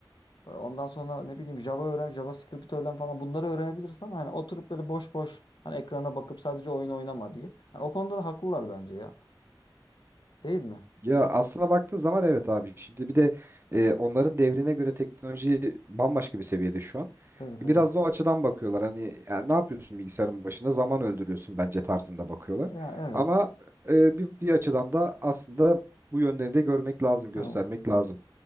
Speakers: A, on the left; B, on the right.
A: Ondan sonra ne bileyim Java öğren, JavaScript öğren falan bunları öğrenebilirsin ama hani oturup böyle boş boş hani ekrana bakıp sadece oyun oynama diye. Hani o konuda da haklılar bence ya. Değil mi?
B: Ya aslına baktığın zaman evet abi. Şimdi bir de e, onların devrine göre teknoloji bambaşka bir seviyede şu an.
A: Evet
B: Biraz
A: evet.
B: da o açıdan bakıyorlar. Hani ya ne yapıyorsun bilgisayarın başında? Zaman öldürüyorsun bence tarzında bakıyorlar.
A: Ya evet.
B: Ama e, bir, bir açıdan da aslında bu yönleri de görmek lazım, göstermek
A: Evet.
B: lazım.